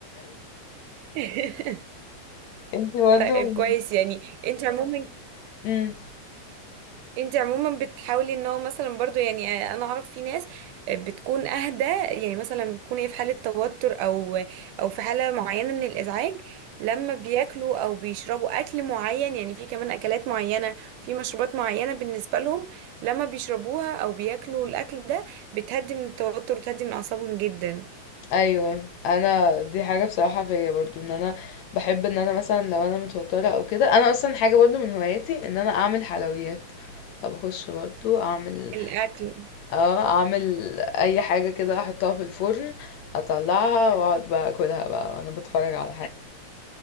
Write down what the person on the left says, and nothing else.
<laughs> أنتِ برضه
امم
ايوه انا دي حاجه بصراحه فيا برضو ان انا بحب ان انا مثلا لو انا متوتره او كده انا اصلا حاجه برضو من هواياتي ان انا اعمل حلويات فبخش برضو اعمل
اه اعمل اي حاجه كده احطها في الفرن اطلعها واقعد بقى اكلها بقى وانا بتفرج على حاجه